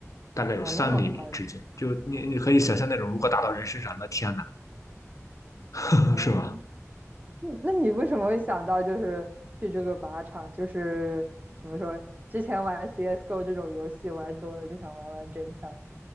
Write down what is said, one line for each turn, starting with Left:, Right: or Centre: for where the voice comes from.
Left: 大概有三厘米直径，
Right: 哇，那么宽，
Left: 就你你可以想象那种如果打到人身上，那天呐，
Right: 天，
Left: <laughs> 是吧？
Right: 嗯那你为什么会想到就是去这个靶场？就是怎么说，之前玩 CS:GO 这种游戏玩多了，就想玩玩真枪。